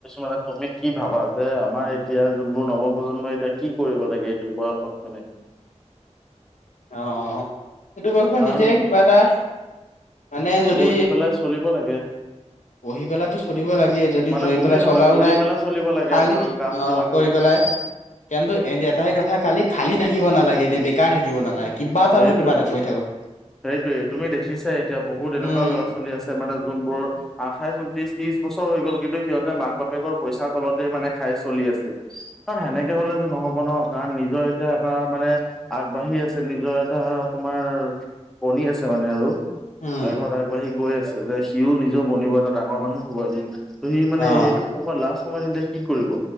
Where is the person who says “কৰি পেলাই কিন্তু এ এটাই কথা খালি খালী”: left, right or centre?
Left